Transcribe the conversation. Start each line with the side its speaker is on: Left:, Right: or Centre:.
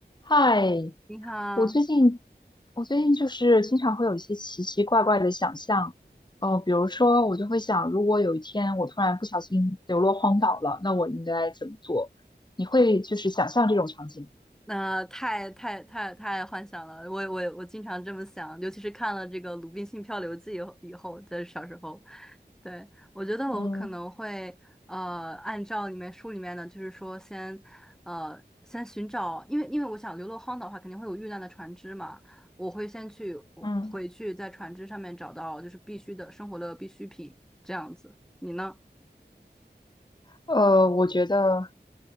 Left: 嗨，
Centre: 你好，
Left: 我最近我最近就是经常会有一些奇奇怪怪的想象，呃，比如说我就会想，如果有一天我突然不小心流落荒岛了，那我应该怎么做？你会就是想象这种场景吗？
Centre: 那、太太太太幻想了，我我我经常这么想，尤其是看了这个《鲁滨逊漂流记》以后，以后在小时候，对，我觉得我可能会呃按照里面书里面的，
Left: 嗯
Centre: 就是说先呃先寻找，因为因为我想流落荒岛的话，肯定会有遇难的船只嘛，我会先去我回去在船只上面找到就是必须的生活的必需品这样子，
Left: 嗯，
Centre: 你呢？
Left: 呃，我觉得。